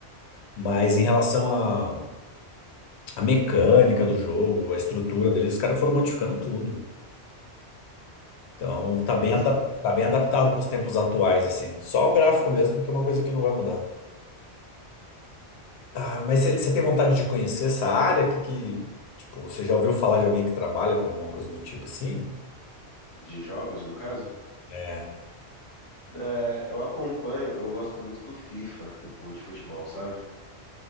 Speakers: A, on the left; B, on the left.
A: Mas em relação à à mecânica do jogo, a estrutura dele, os caras foram modificando tudo. Então, tá
B: Interessante.
A: bem, adap- tá bem adaptado pros tempos atuais, assim. Só o gráfico
B: Aham.
A: mesmo, que é uma coisa que não vai mudar. Ah, mas você tem vontade de conhecer essa área? Que, que, tipo, você já ouviu falar de alguém que trabalha com alguma coisa do tipo assim?
B: De jogos, no caso?
A: É.
B: É, eu acompanho, eu gosto muito do FIFA, o de futebol, sabe?